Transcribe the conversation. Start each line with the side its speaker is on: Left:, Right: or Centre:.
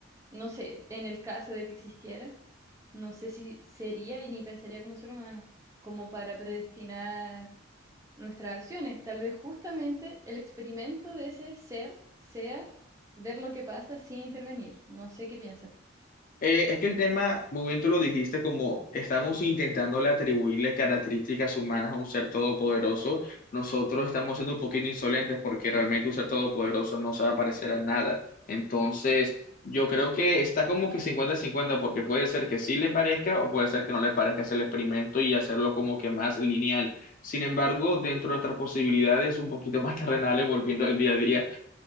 Right: no sé, en el caso de que existiera, no sé si sería y ni pensaría como ser humano, como para predestinar nuestras acciones. Tal vez justamente el experimento de ese ser sea ver lo que pasa sin intervenir. No sé qué piensas.
Left: Eh, es que el tema, muy bien tú lo dijiste, como estamos intentando atribuirle características humanas a un ser todopoderoso, nosotros estamos siendo un poquito insolentes porque realmente un ser todopoderoso no se va a parecer a nada. Entonces, yo creo que está como que cincuenta-cincuenta porque puede ser que sí le parezca o puede ser que no le parezca hacer el experimento y hacerlo como que más lineal. Sin embargo, dentro de nuestras posibilidades un poquito <laughs> más terrenales, volviendo al día a día.